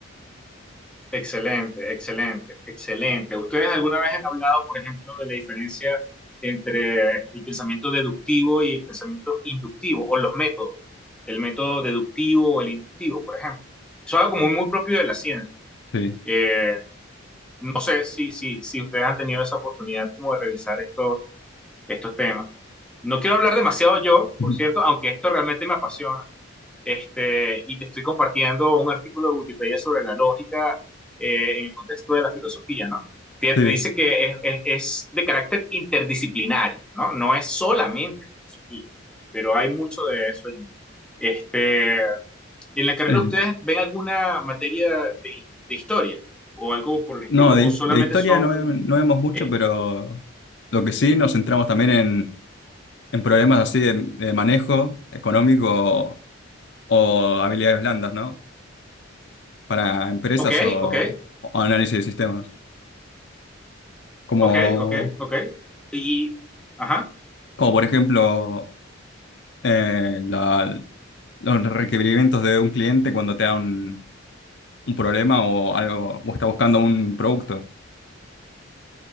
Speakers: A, in the centre; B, on the left.
A: Excelente, excelente, excelente. ¿Ustedes alguna vez han hablado, por ejemplo, de la diferencia entre el pensamiento deductivo y el pensamiento inductivo, o los métodos, el método deductivo o el inductivo, por ejemplo? Eso es algo como muy propio de la ciencia.
B: Sí.
A: Eh, no sé si, si, si ustedes han tenido esa oportunidad como de revisar esto- estos temas. No quiero hablar demasiado yo,
B: <laughs>
A: por cierto, aunque esto realmente me apasiona. Este, y te estoy compartiendo un artículo de Wikipedia sobre la lógica eh, en el contexto de la filosofía, ¿no? Te,
B: Sí.
A: te dice que es, es, es, de carácter interdisciplinario, ¿no? No es solamente filosofía, pero hay mucho de eso. Este, ¿En la carrera
B: El-
A: ustedes ven alguna materia de, de historia o algo por el estilo?
B: no, de,
A: ¿O solamente
B: de historia
A: son,
B: no, ve- no vemos mucho,
A: eh,
B: pero lo que sí nos centramos también en, en problemas así de, de manejo económico o, habilidades blandas, ¿no? Para empresas
A: ok,
B: o
A: ok,
B: o análisis de sistemas. como,
A: ok, ok, ok, y, ajá?
B: como por ejemplo eh, la- los requerimientos de un cliente cuando te da un, un problema o algo, o está buscando un producto.